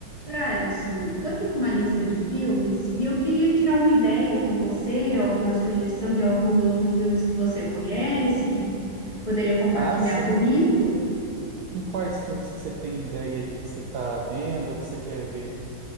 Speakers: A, on the left; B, on the right.
A: Ah, Alisson, tô aqui com uma lista de filmes e eu queria tirar uma ideia com você, alguma sugestão de alguns outros filmes que você conhece, que poderia compartilhar
B: Ah, sim.
A: comigo.
B: Em quais filmes que você tem ideia aí que você tá vendo ou que você quer ver?